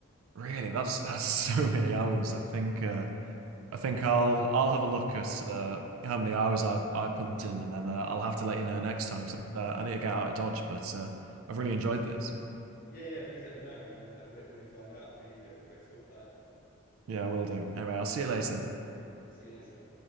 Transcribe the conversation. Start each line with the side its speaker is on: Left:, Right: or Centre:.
Right: Really, that's that's <laughs> so many hours. I think uh, I think I'll I'll have a look at uh, how many hours I I pumped in, and then uh, I'll have to let you know next time because uh, I need to get out of Dodge. But uh, I've really enjoyed this.
Left: Yeah, yeah. Please let me know when uh, when, when you find out. It'd be uh, be great to talk about. it.
Right: Yeah, I will do. Anyway, I'll see you later.
Left: See you later.